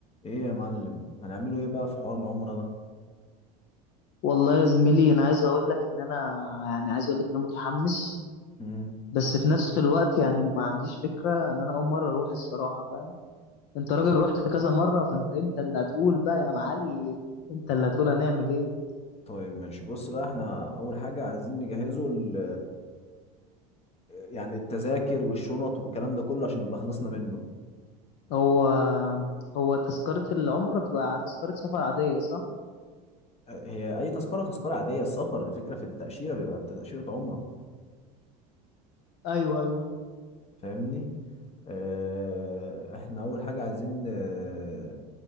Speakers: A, on the left; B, on the left.
A: ايه يا معلم هنعمله ايه بقى في حوار العمرة ده
B: والله يا زميلي انا عايز اقول لك ان انا يعني عايز اقول لك ان انا متحمس
A: مم.
B: بس في نفس الوقت يعني ما عنديش فكرة ان انا اول مرة اروح الصراحة فاهم انت راجل رحت كذا مرة فانت انت اللي هتقول بقى يا معلم انت اللي هتقول هنعمل ايه
A: طيب ماشي بص بقى احنا اول حاجة عايزين نجهزه ال- يعني التذاكر والشنط والكلام ده كله عشان نبقى خلصنا منه
B: هو هو تذكرة العمرة بتبقى تذكرة سفر عادية صح
A: أه، هي اي تذكرة تذكرة عادية السفر الفكرة في التأشيرة بيبقى تأشيرة عمرة
B: ايوه ايوه
A: فاهمني اه، احنا اول حاجة عايزين اه،